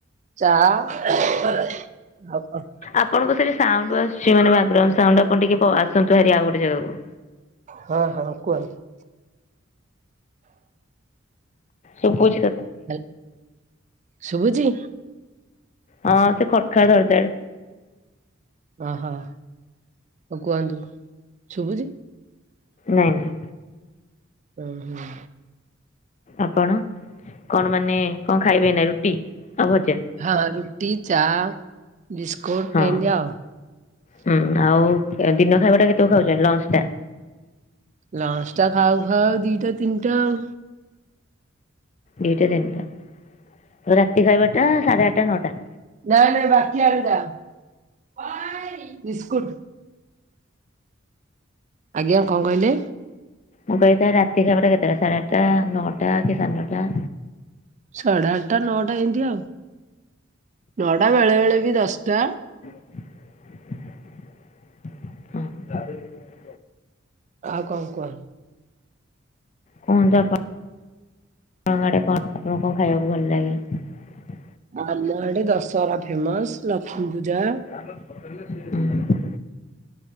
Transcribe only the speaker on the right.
ଚା ଆଉ କଣ
ହଁ ହଁ କୁହନ୍ତୁ।
ଆ ଶୁବୁଚି?
ଅହ ହଉ କୁହନ୍ତୁ ଶୁବୁଚି?
ଉଁ ହୁଁ।
ହଁ ରୁଟି ଚା ବିସ୍କୁଟ
ଏନ୍ତି ଦିଅ।
ଲଞ୍ଚ ଟା ଖାଉ ଖାଉ ଦିଟା, ତିନିଟା ଆଉ।
ନା ନା ବାକି ଆଣ ଥା ବିସ୍କୁଟ। ଆଜ୍ଞା କଣ କହିଲେ?
ସାଢେ ଆଠଟା ନଅଟା ଏମିତି ଆଉ ନଅଟା ବେଳେ ବେଳେ ବି ଦଶଟା।
ଆଉ କଣ କୁହ।
ଆମ ଆଡେ ଦଶହରା ଫେମସ୍ ଲକ୍ଷ୍ମୀ ପୂଜା।